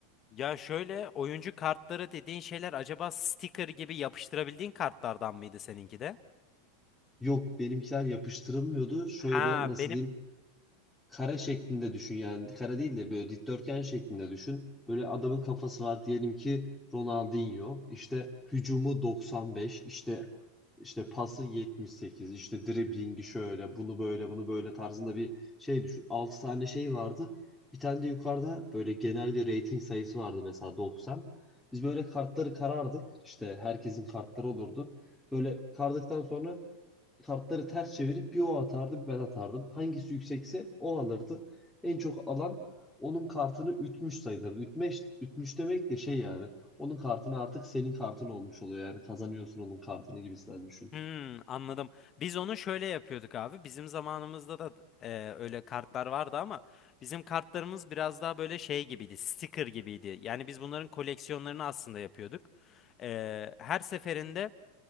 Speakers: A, on the left; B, in the centre.
A: Ya şöyle oyuncu kartları dediğin şeyler acaba sticker gibi yapıştırabildiğin kartlardan mıydı seninki de?
B: Yok benimkiler yapıştırılmıyordu. Şöyle
A: Ha
B: nasıl
A: benim
B: diyeyim? kare şeklinde düşün yani kare değil de böyle dikdörtgen şeklinde düşün. Böyle adamın kafası var diyelim ki Ronaldinho işte hücumu 95 işte işte pası 78 işte driblingi şöyle bunu böyle bunu böyle tarzında bir şey düşün. altı tane şey vardı. Bir tane de yukarıda böyle genel bir rating sayısı vardı mesela 90. Biz böyle kartları karardık. İşte herkesin kartları olurdu. Böyle kardıktan sonra kartları ters çevirip bir o atardı bir ben atardım. Hangisi yüksekse o alırdı. En çok alan onun kartını ütmüş sayılırdı. Ütmüş, ütmüş demek de şey yani. Onun kartını artık senin kartın olmuş oluyor yani kazanıyorsun onun kartını gibisinden düşün.
A: Hmm, anladım. Biz onu şöyle yapıyorduk abi. Bizim zamanımızda da e, öyle kartlar vardı ama bizim kartlarımız biraz daha böyle şey gibiydi, sticker gibiydi. Yani biz bunların koleksiyonlarını aslında yapıyorduk. E, her seferinde.